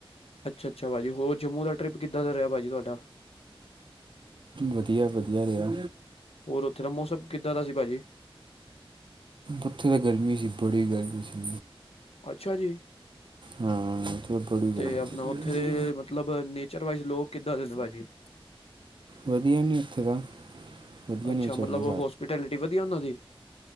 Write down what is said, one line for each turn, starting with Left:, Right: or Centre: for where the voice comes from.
Left: ਅੱਛਾ-ਅੱਛਾ ਭਾਜੀ ਹੋਰ ਜੰਮੂ ਦਾ ਟਰਿਪ ਕਿੱਦਾਂ ਦਾ ਰਿਹਾ ਭਾਜੀ ਤੁਹਾਡਾ?
Right: ਵਧੀਆ-ਵਧੀਆ ਰਿਹਾ।
Left: ਹੋਰ ਉੱਥੇ ਦਾ ਮੌਸਮ ਕਿੱਦਾਂ ਦਾ ਸੀ ਭਾਜੀ
Right: ਉੱਥੇ ਤਾਂ ਗਰਮੀ ਸੀ ਬੜੀ ਗਰਮੀ ਸੀ।
Left: ਅੱਛਾ ਜੀ।
Right: ਹਾਂ ਉੱਥੇ ਤਾਂ ਬੜੀ
Left: ਤੇ
Right: ਗਰਮੀ
Left: ਆਪਣਾ ਉੱਥੇ
Right: ਸੀ।
Left: ਦੇ ਮਤਲਬ ਨੇਚਰ ਵਾਈਜ ਲੋਕ ਕਿੱਦਾਂ ਦੇ ਭਾਜੀ। <unintelligible>
Right: ਵਧੀਆ ਨੇ ਇੱਥੇ ਦਾ। ਵਧੀਆ
Left: ਅੱਛਾ
Right: ਨੇਚਰ
Left: ਮਤਲਬ
Right: ਨੇ
Left: ਹੋਸਪੀਟੈਲਿਟੀ ਵਧੀਆ ਉਹਨਾਂ ਦੀ।